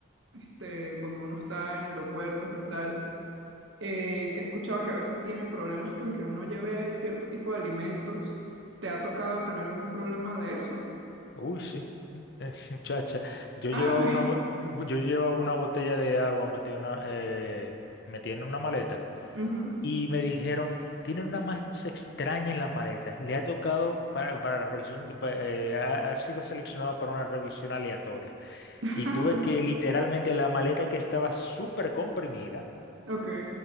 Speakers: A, on the right; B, on the left.
A: este, cuando uno está en aeropuertos y tal. eh, que he escuchado que a veces tienen problemas que aunque uno lleve cierto tipo de alimentos, ¿te ha tocado tener algún problema de eso?
B: Uy, sí, eh, <laughs> muchacha, yo
A: Ah,
B: llevaba una, bo- yo llevaba una botella de agua metida en una, eh, metida en una maleta.
A: ujú.
B: y me dijeron, tiene una masa extraña en la maleta. Le ha tocado para, para revisión, pa- eh, ha, ha sido seleccionada para una revisión aleatoria.
A: <laughs>
B: Y tuve que literalmente la maleta que estaba súper comprimida,
A: Ok,